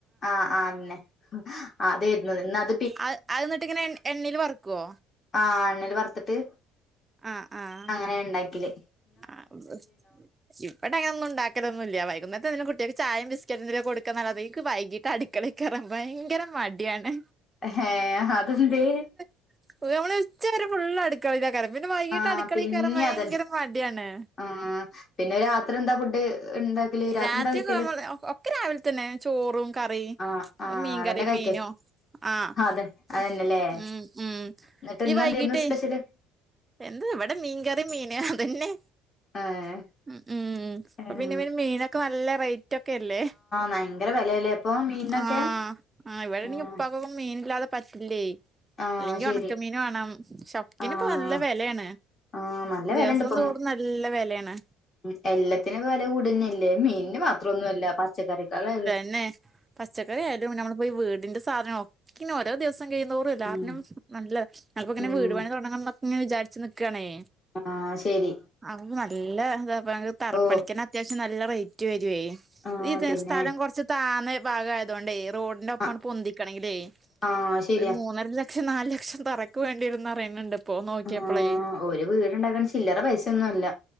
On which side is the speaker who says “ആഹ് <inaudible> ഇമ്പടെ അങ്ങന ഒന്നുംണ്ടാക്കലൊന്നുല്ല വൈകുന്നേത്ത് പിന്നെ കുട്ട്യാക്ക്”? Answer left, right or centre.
Right